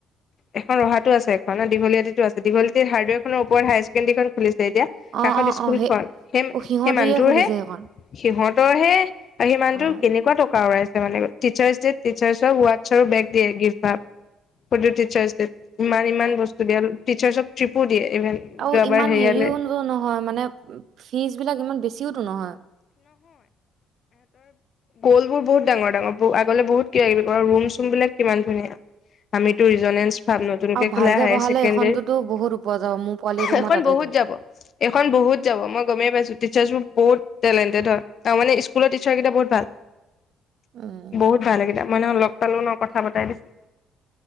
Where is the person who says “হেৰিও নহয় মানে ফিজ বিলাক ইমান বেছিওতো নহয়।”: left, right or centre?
Right